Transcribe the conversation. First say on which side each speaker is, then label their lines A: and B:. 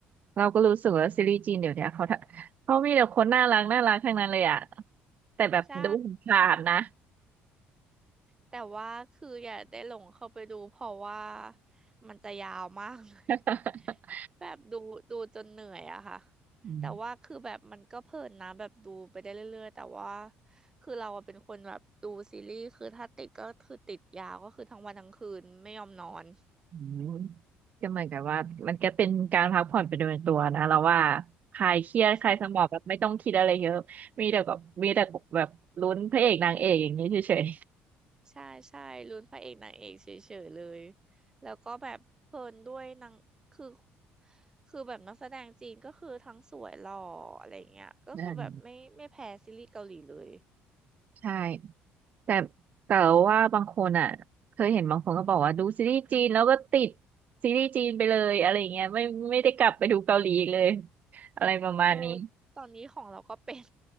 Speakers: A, on the right (about 40°); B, on the right (about 15°).
A: เราก็รู้สึกว่าซีรีส์จีนเดี๋ยวเนี้ยเขาทำเขามีแต่คนน่ารักน่ารักทั้งนั้นเลยอะแต่แบบดูผ่านๆนะ
B: ใช่ แต่ว่าคืออย่าได้หลงเข้าไปดูเพราะว่ามันจะยาวมากเลย
A: <laughs>
B: <laughs> แบบดูดูจนเหนื่อยอะค่ะ
A: อืม
B: แต่ว่าคือแบบมันก็เพลินนะแบบดูไปได้เรื่อยๆแต่ว่าคือเราอะเป็นคนแบบดูซีรีส์คือถ้าติดก็คือติดยาวก็คือทั้งวันทั้งคืนไม่ยอมนอน
A: อืมก็เหมือนกับว่ามันก็เป็นการพักผ่อนไปโดยตัวนะเราว่าคลายเครียดคลายสมองแบบไม่ต้องคิดอะไรเยอะมีแต่กับมีแต่แบบลุ้นพระเอกนางเอกอย่างนี้เฉย
B: ใช่ ใช่ใช่ลุ้นพระเอกนางเอกเฉยๆเลยแล้วก็แบบเพลินด้วยนางคือคือแบบนักแสดงจีนก็คือทั้งสวยหล่ออะไรเงี้ยก็คือแบบไม่ไม่แพ้ซีรีส์เกาหลีเลย
A: อืมใช่แต่แต่ว่าบางคนอ่ะเคยเห็นบางคนก็บอกว่าดูซีรีส์จีนแล้วก็ติดซีรีส์จีนไปเลยอะไรอย่างเงี้ยไม่ไม่ได้กลับไปดูเกาหลีอีกเลยอะไรประมาณนี้
B: เออตอนนี้ของเราก็เป็น